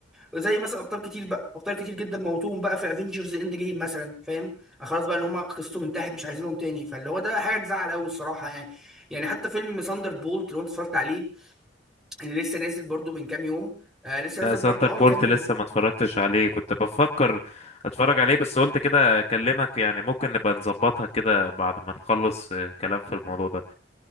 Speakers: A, in the centre; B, on the left (about 35°).
A: زي مثلا ابطال كتير بقى ابطال كتير جدا موتوهم بقى في افنجرز اند جيم مثلا فاهم خلاص بقى اللي هم قصتهم انتهت مش عايزينهم تاني فاللي هو ده حاجه تزعل قوي الصراحه يعني يعني حتى فيلم ساندر بولت لو انت اتفرجت عليه اللي لسه نازل برضو من كام يوم آه لسه
B: لا
A: نازل
B: سنتر
A: برضو اه
B: بولت
A: من كام يوم
B: لسه ما اتفرجتش عليه كنت بفكر اتفرج عليه بس قلت كده اكلمك يعني ممكن نبقى نظبطها كده بعد ما نخلص آه، كلام في الموضوع ده